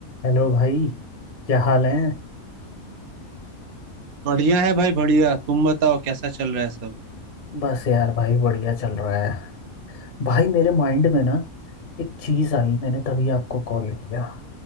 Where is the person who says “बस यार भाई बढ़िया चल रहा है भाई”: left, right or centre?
Left